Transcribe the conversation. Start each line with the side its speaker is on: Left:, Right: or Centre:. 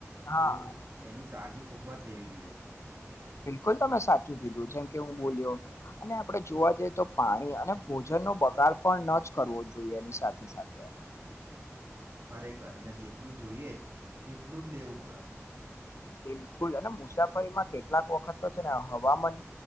Left: હા
Right: એવું એની કાળજી ખૂબજ લેવી જોઈએ.
Left: બિલકુલ તમે સાચું કીધું જેમ કે હું બોલ્યો અને આપણેે જોવા જઈએ તો પાણી અને ભોજન નો બગાડ પણ ન જ કરવો જોઈએ એની સાથે સાથે
Right: ખરેખર અને જેટલું જોઈએ તેટલું જ લેવું પડે
Left: બિલકુલ અને મુસાફરીમાં કેટલાક વખત તો છે ને હવામાન